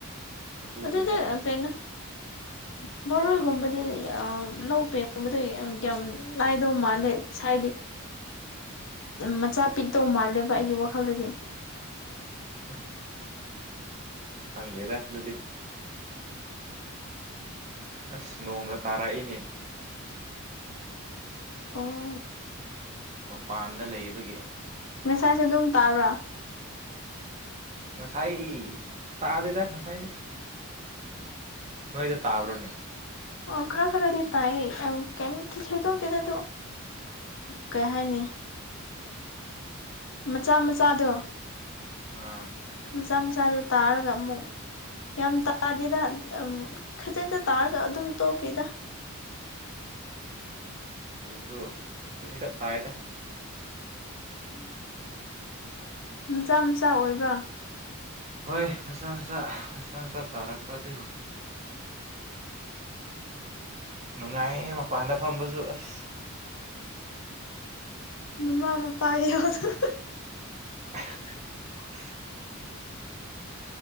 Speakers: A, on the right (about 35°); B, on the left (about 60°).
A: ꯑꯗꯨꯒꯤꯅꯤꯗ
B: ꯑꯗꯨꯗꯤꯅ
A: <inaudible>
B: ꯎ ꯃꯔꯣꯏꯒꯨꯝꯕꯗꯤ ꯂꯧ ꯄꯦꯒꯨꯝꯕꯗ ꯌꯥꯝ ꯂꯅꯥꯥꯏꯗꯧ ꯃꯥꯜꯂꯦ ꯍꯥꯏꯗꯤ
A: <inaudible>
B: ꯃꯆꯥ ꯄꯤꯛꯇꯧ ꯃꯥꯜꯂꯦꯕ ꯑꯩꯒꯤ ꯋꯥꯈꯜꯗꯗꯤ
A: ꯑ ꯐꯪꯗꯦꯗ ꯑꯗꯨꯗꯤ ꯑꯁ ꯅꯣꯡꯒ ꯇꯥꯔꯛꯏꯅꯦ
B: ꯑꯣ
A: ꯃꯄꯥꯟꯗ ꯂꯩꯕꯒꯤ
B: ꯉꯁꯥꯁꯦ ꯑꯗꯨꯝ ꯇꯥꯔꯥ
A: ꯉꯁꯥꯏ ꯇꯥꯗꯦꯗ ꯉꯁꯥꯏꯗꯤ ꯅꯣꯏꯗ ꯇꯥꯕ꯭ꯔꯣꯅꯦ
B: ꯑꯣ ꯈꯔ ꯈꯔꯗꯤ ꯇꯥꯏ ꯀ
A: ꯑꯣ
B: ꯇꯅ ꯀꯩ ꯍꯥꯏꯥꯏꯅꯤ ꯃꯆꯥ ꯃꯆꯥꯗꯣ
A: ꯑꯥ
B: ꯃꯆꯥ ꯃꯆꯥꯗꯨ ꯇꯥꯔꯒ ꯑꯃꯨꯛ ꯌꯥꯝ ꯇꯥꯗꯦꯗ ꯈꯖꯤꯛꯇ ꯇꯥꯔꯒ ꯑꯗꯨꯝ ꯇꯣꯛꯈꯤꯗ
A: ꯑꯗꯨꯁꯨ ꯍꯧꯖꯤꯛ ꯇꯥꯏꯗ
B: ꯑ ꯃꯆꯥ ꯃꯆꯥ ꯑꯣꯏꯕ꯭ꯔꯥ
A: ꯍꯣꯏꯆꯥꯁꯥ ꯍꯆꯥꯁꯥ ꯇꯥꯔꯛꯄꯗꯒꯤ ꯅꯨꯡꯉꯥꯏꯌꯦ ꯃꯄꯥꯟꯗ ꯐꯝꯕꯁꯨ ꯑꯁ
B: ꯃꯃꯥ ꯃꯄꯥ ꯌꯥꯗꯅ
A: <inaudible>